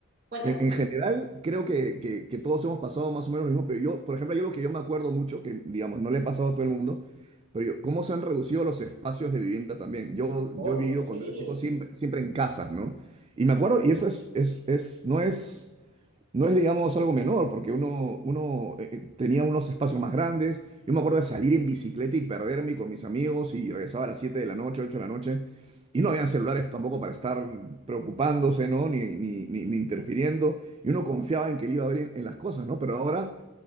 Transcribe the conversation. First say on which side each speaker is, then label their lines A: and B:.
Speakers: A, on the right (about 45°); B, on the right (about 25°).
A: cuéntame,
B: En, en general, creo que, que- que todos hemos pasado más o menos lo mismo, pero yo, por ejemplo, yo lo que yo me acuerdo mucho, que digamos, no le he pasado a todo el mundo, pero yo- cómo se han reducido los espacios de vivienda también. Yo,
A: obvio,
B: yo he vivido
A: sí,
B: cuando era chico siempre, siempre en casas, ¿no? Y me acuerdo, y eso es, es, es, no es. No es, digamos, algo menor, porque uno, uno eh, eh, tenía unos espacios más grandes. Yo me acuerdo de salir en bicicleta y perderme con mis amigos y regresaba a las 7 de la noche, 8 de la noche. Y no habían celulares tampoco para estar preocupándose, ¿no? Ni, ni, ni, ni interfiriendo. Y uno confiaba en que le iba a abrir en en las cosas, ¿no? Pero ahora